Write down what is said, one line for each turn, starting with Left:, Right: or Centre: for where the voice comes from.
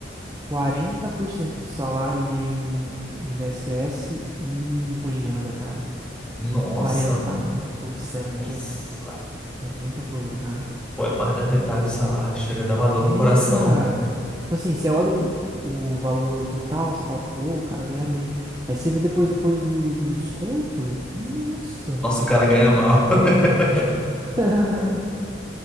Right: 40% do salário ia em INSS e imposto de renda, cara.
Centre: Nossa,
Right: quarenta
Centre: mano.
Right: por cento
Centre: Nossa.
Right: é muita coisa, cara.
Centre: Pô, é mais da metade do salário. Chega a dar uma dor
Right: É,
Centre: no coração.
Right: cara. Tipo assim, você olha o, o valor total, você fala, pô, o cara ganha bem. Aí você vê depois, depois do, do desconto, nossa.
Centre: Nossa, o cara ganha mal. <laughs>
Right: <laughs>